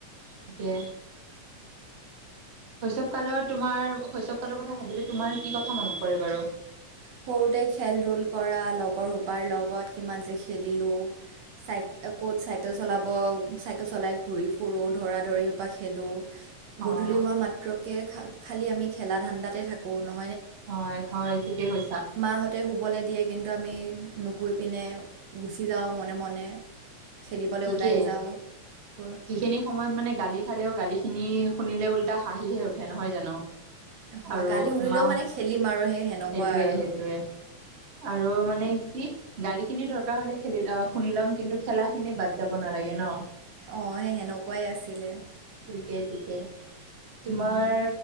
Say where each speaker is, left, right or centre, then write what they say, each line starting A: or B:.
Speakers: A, on the right; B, on the right.
A: ঠিকে শৈসৱ কালৰ তোমাৰ শৈসৱ কালৰ কথা ভাবিলে তোমাৰ কি কথা মনত পৰে বাৰু?
B: সৰুতে খেল ধূল কৰা লগৰ সোপাৰ লগত কিমান যে খেলিলোঁ। চাই ক'ত চাইকেল চলাব চাইকেল চলাই ঘূৰি ফুৰোঁ, ধৰা-ধৰি সোপা খেলোঁ।
A: অ'
B: গধূলি হোৱা মাত্ৰকে খ খালি আমি খেলা ধান্দাতে থাকো নহ।
A: হয় হয় ঠিকে কৈছ।
B: মাহঁতে শুবলৈ দিয়ে কিন্তু আমি নুশুই পিনে গুচি যাওঁ মনে মনে। খেলিবলৈ
A: ঠিকেই।
B: ওলাই যাওঁ। বোৰ
A: সেইখিনি সময়ত মানে গালি খালেও গালিখিনি শুনিলে উল্টা হাঁহিহে উঠে, নহয় জানো?
B: হয়
A: আৰু
B: গালি শুনিলেও
A: মাহ
B: মানে খেলিম আৰু। সেই সেনেকুৱা
A: সেইটোৱে
B: আৰু
A: সেইটোয়ে আৰু মানে কি, গালি খিনি দৰকাৰ হলে খেলি শুনি লম কিন্তু খেলা খিনি বাদ যাব নালাগে ন।
B: অ সেই সেনেকুৱাই আছিলে।
A: ঠিকে ঠিকে, তোমাৰ
B: উম।